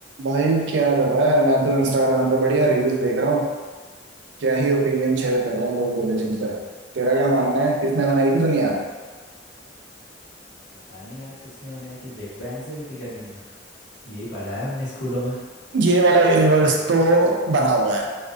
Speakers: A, on the right; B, on the left.
A: भाई क्या कर रहा है मैं तो इंस्टाग्राम पे बढ़िया रील्स देख रहा हूँ क्या ही ओपिनियन
B: बस भाई
A: शेयर कर रहे हैं लोग रिलीजन पे तेरा क्या मानना है
B: मैं
A: किसने
B: तो
A: बनाई थी दुनिया
B: पता नहीं यार किसने बनाई थी बिग बैंग से हुई थी क्या दुनिया यही पढ़ा है हमने स्कूलों में
A: ये वाला यूनिवर्स तो बना हुआ है